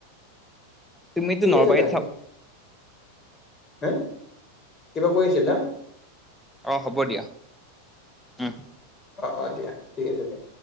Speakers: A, in the centre; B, on the left (about 25°).
A: তুমিতো
B: ঠিক
A: নলবাৰীত
B: আছে দে,
A: চাব
B: হা কিবা কৈ আছিলা?
A: অ', হ'ব দিয়া উম'।
B: অ', অ' দিয়া ঠিক আছে দিয়া।